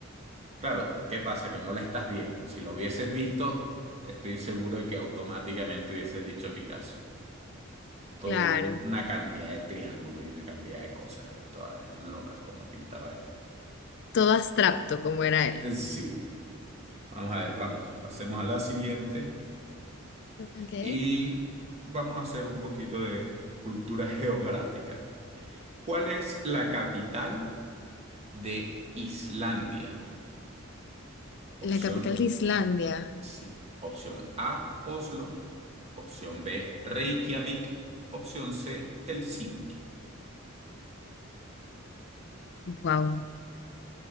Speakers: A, on the right; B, on the left.
A: Claro, ¿qué pasa? Que no la estás viendo. Si lo hubieses visto, estoy seguro de que automáticamente hubieses dicho Picasso. Toda
B: Claro,
A: un- una cantidad de triángulos y una cantidad de cosas ahí, todas locas como pintaba él.
B: todo abstracto como era él.
A: Eh, Sí, vamos a ver, vamos, pasemos a la siguiente.
B: Ok.
A: y vamos a hacer un poquito de cultura <laughs> geográfica. ¿Cuál es la capital de Islandia? Opción
B: La capital de Islandia.
A: sí. Opción A, Oslo. Opción B, Reykjavik. Opción C, Helsinki.
B: Wow.